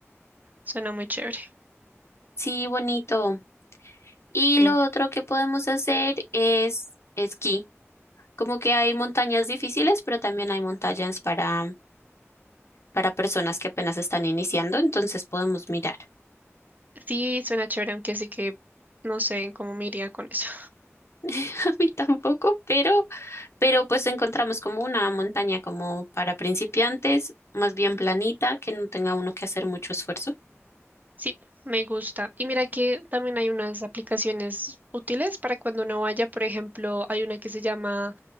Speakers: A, on the right; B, on the left.
A: Suena muy chévere.
B: Sí, bonito. Y
A: Sí,
B: lo otro que podemos hacer es esquí. Como que hay montañas difíciles, pero también hay montañas para, para personas que apenas están iniciando, entonces podemos mirar.
A: Sí, suena chévere, aunque sí que no sé cómo me iría con eso.
B: <laughs> A mí tampoco, pero, pero pues encontramos como una montaña como para principiantes, más bien planita, que no tenga uno que hacer mucho esfuerzo.
A: Sí, me gusta. Y mira que también hay unas aplicaciones útiles para cuando uno vaya. Por ejemplo, hay una que se llama